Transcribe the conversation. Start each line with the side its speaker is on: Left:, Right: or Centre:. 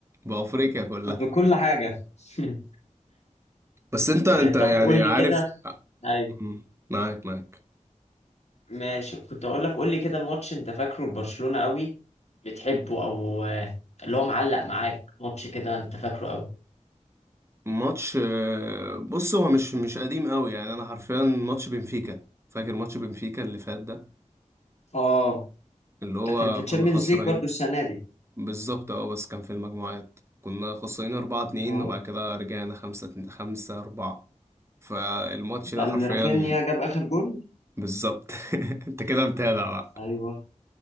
Right: بافريقيا كلها
Left: بكل حاجة <laughs>
Right: بس انت انت
Left: آه طب
Right: يعني
Left: قول
Right: عارف
Left: لي كده ايوه
Right: م، معاك معاك
Left: ماشي كنت اقول لك قول لي كده ماتش انت فاكره لبرشلونة قوي بتحبه او آه، اللي هو معلق معاك ماتش كده انت فاكره قوي
Right: ماتش آه، بص هو مش مش قديم قوي يعني انا حرفيا ماتش بنفيكا فاكر ماتش بنفيكا اللي فات ده
Left: اه
Right: اللي هو
Left: ده كان في تشامبيونز
Right: كنا خسرانين
Left: ليج برضو السنة دي
Right: بالظبط اه بس كان في المجموعات كنا خسرانين 4 2
Left: اه
Right: وبعد كده رجعنا 5 5 4 فالماتش
Left: ده
Right: ده
Left: اللي
Right: حرفيا
Left: رافينيا جاب آخر جول
Right: بالظبط <laughs> انت كده متابع بقى
Left: ايوه